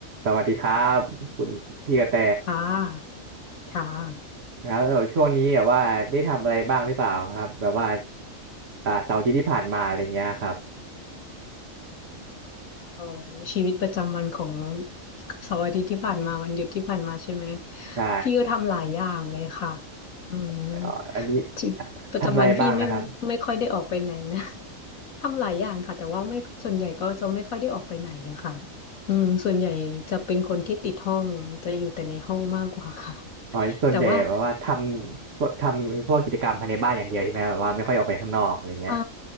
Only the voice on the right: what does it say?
สวัสดีครับคุณพี่กระแต
ครับแล้วช่วงนี้แบบว่าได้ทำอะไรบ้างหรือเปล่าครับแบบว่าอ่าเสาร์อาทิตย์ที่ผ่านมาอะไรเงี้ยครับ
ใช่
เอ่ออันนี้
ทำอะไรบ้างนะครับ
อ๋อส่วนใหญ่แบบว่าทำทำพวกกิจกรรมภายในบ้านอย่างเดียวใช่ไหมแบบว่าไม่ค่อยออกไปข้างนอกอะไรเงี้ย